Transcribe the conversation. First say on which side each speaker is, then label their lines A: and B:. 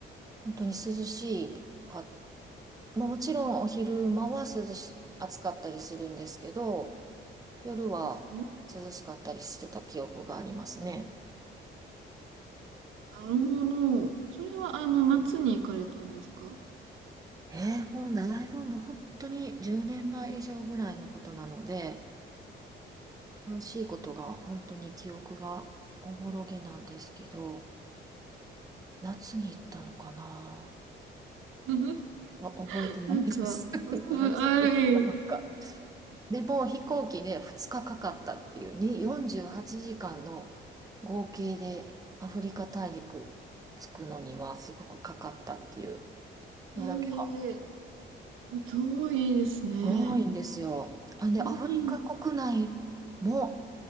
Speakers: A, on the right; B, on the right.
A: 本当に涼しいか、まあもちろんお昼間は涼し、暑かったりするんですけど、夜は涼しかったりしてた記憶がありますね。
B: そうなんですね。なるほど。それは、あの、夏に行かれたんですか
A: えー、もうだいぶもう本当に10年前以上ぐらいのことなので、楽しいことが本当に記憶がおぼろげなんですけど、夏に行ったのかな
B: <laughs>
A: は覚えてないです。
B: なんか、
A: <laughs>
B: うん、
A: 夏に行ったのか。
B: はい。
A: でも飛行機で2日かかかったっていう、に48時間の合計でアフリカ大陸着くのにはすごくかかったっていうのだけは
B: ええ遠いですね。
A: 多いんですよ。あ、で、
B: うん。
A: アフリカ国内も